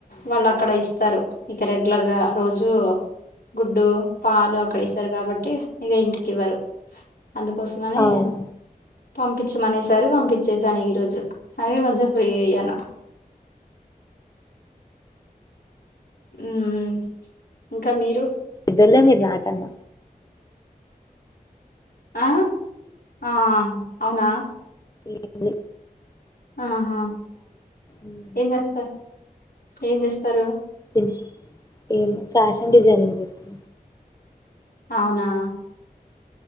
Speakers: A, on the left; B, on the left.
A: వాళ్ళక్కడ ఇస్తారు ఇక రెగ్యులర్గా రోజు గుడ్డు పాలు అక్కడ ఇస్తారు గాబట్టి ఇగ ఇంటికి ఇవ్వరు అందుకోసమని
B: అవునా
A: పంపిచ్చమనేసారు పంపిచ్చేసాను ఈ రోజు అందుకే కొంచెం ఫ్రీ అయ్యాను మ్మ్ ఇంకా మీరు
B: ఇద్దల్లే మీ రాకన్న
A: అ ఆ అవునా
B: ఏంది
A: ఆహా
B: ఉమ్.
A: ఏం చేస్తా ఏం చేస్తారు
B: తిన్ ఏమ్ ఫ్యాషన్ డిజైనింగ్ చేస్తు
A: అవునా